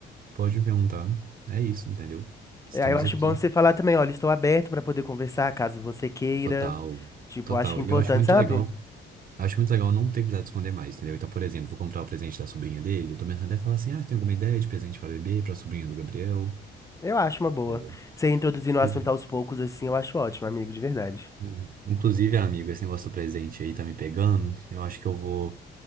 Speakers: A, on the right (about 45°); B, on the left (about 15°).
A: Pode me perguntar. É isso, entendeu? Estamos
B: E aí eu acho
A: aqui.
B: bom você falar também, olha, estou aberto pra poder conversar caso você queira.
A: Total.
B: Tipo,
A: Total.
B: acho que é
A: E
B: importante,
A: eu acho muito
B: sabe?
A: legal. Acho muito legal não ter precisado esconder mais, entendeu? Então, por exemplo, vou comprar o presente da sobrinha dele. Tô pensando até falar assim: ah, tem alguma ideia de presente pra bebê, pra sobrinha do Gabriel?
B: Eu acho uma boa.
A: Entendeu?
B: Você introduzindo
A: Pois
B: o assunto
A: é.
B: aos poucos, assim, eu acho ótimo, amigo, de verdade.
A: Uhum. Inclusive, amigo, esse negócio do presente aí tá me pegando. Eu acho que eu vou